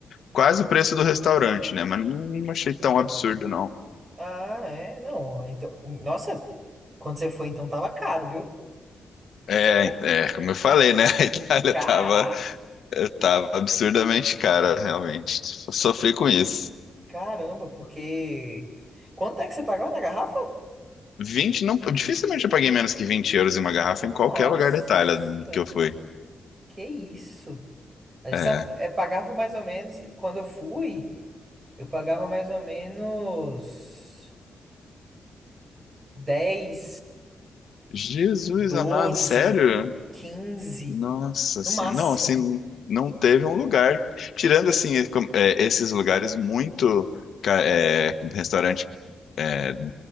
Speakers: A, on the left; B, on the right.
A: quase o preço do restaurante, né? Mas não não achei tão absurdo, não.
B: ah, é. Não, então. Nossa, quando você foi, então tava caro, viu?
A: É,
B: Co-
A: é, como eu falei, né? <laughs> A Itália
B: Caraca!
A: tava, tava absurdamente cara, realmente. Sofri com isso.
B: Caramba, porque. Quanto é que você pagava na garrafa?
A: vinte não, eu dificilmente eu paguei menos que 20 euros em uma garrafa em qualquer
B: Nossa,
A: lugar da Itália que eu fui.
B: que isso? A gente
A: É.
B: sabe- é, pagava mais ou menos. Quando eu fui, eu pagava mais ou menos. dez
A: Jesus
B: doze
A: amado, sério?
B: 15
A: Nossa
B: no
A: senhora.
B: máximo.
A: Não, assim, não teve um lugar. Tirando, assim, com- é, esses lugares muito. ca- é, restaurante é,